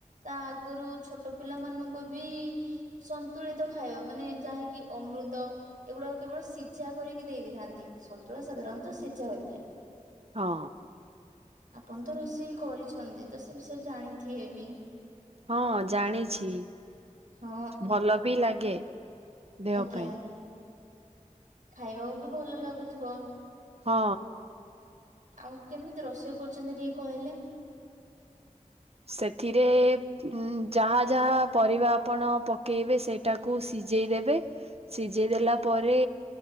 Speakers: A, on the right; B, on the right.
A: ତା ଆଗରୁ ଛୋଟ ପିଲା ମାନଙ୍କୁ ବି ସନ୍ତୁଳିତ ଖାଇବା ମାନେ ଯାହାକି ଅମୃତ ଏଗୁଡାକ କେବଳ ସିଝା କରିକି ଦେଇ ଦେଇଥାନ୍ତି। ସନ୍ତୁଳା ସାଧାରଣତଃ ସିଝା ହୋଇଥାଏ।
B: ହଁ।
A: ଆପଣ ତ ରୋଷେଇ କରିଛନ୍ତି। ତ ସେ ବିଷୟରେ ଜାଣିଥିବେ ବି?
B: ହଁ ଜାଣିଛି
A: ହଁ
B: ଭଲ ବି ଲାଗେ। ଦେହ
A: ଆଜ୍ଞା।
B: ପାଇଁ
A: ଖାଇବାକୁ ବି ଭଲ ଲାଗୁଥିବ
B: ହଁ।
A: ଆଉ କେମିତି ରୋଷେଇ କରୁଛନ୍ତି ଟିକେ କହିଲେ।
B: ସେଥିରେ ଉ ଯାହା ଯାହା ପରିବା ଆପଣ ପକେଇବେ ସେଇଟାକୁ ସିଜେଇ ଦେବେ ସିଝେଇ ଦେଲା ପରେ